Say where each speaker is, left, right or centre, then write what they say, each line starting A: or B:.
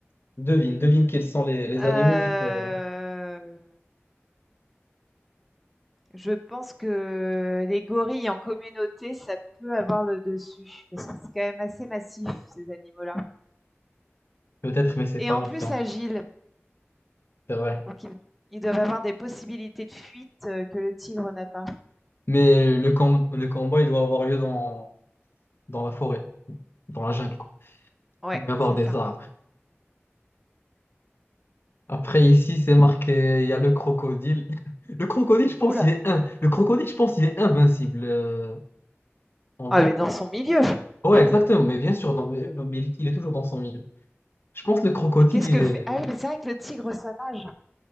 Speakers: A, on the left; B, in the centre.
A: devine, devine quels sont les, les
B: Euh,
A: animaux qui peuvent...
B: je pense que les gorilles en communauté, ça peut avoir le dessus, parce que c'est quand même assez massif, ces animaux-là.
A: Peut-être, mais c'est
B: Et
A: pas
B: en
A: noté
B: plus
A: en
B: agiles,
A: tout cas, c'est vrai.
B: donc ils, ils doivent avoir des possibilités de fuite euh, que le tigre n'a pas.
A: Mais le, com- le combat, il doit avoir lieu dans, dans la forêt, dans la jungle, quoi.
B: Ouais,
A: Il doit y avoir
B: c'est
A: des
B: ça.
A: arbres. Après, ici, c'est marqué, il y a le crocodile. <laughs> Le crocodile, je pense,
B: Oh là
A: il est in- le crocodile, je pense, il est invincible, euh, en
B: Ah,
A: vrai.
B: mais dans son milieu
A: Ouais,
B: Ah,
A: exactement, mais bien sûr, dans- mais- mais il, il est toujours dans son milieu. Je pense que le crocodile,
B: Mais qu'est-ce
A: il
B: que
A: est...
B: fait Ah oui, mais c'est vrai que le tigre, ça nage.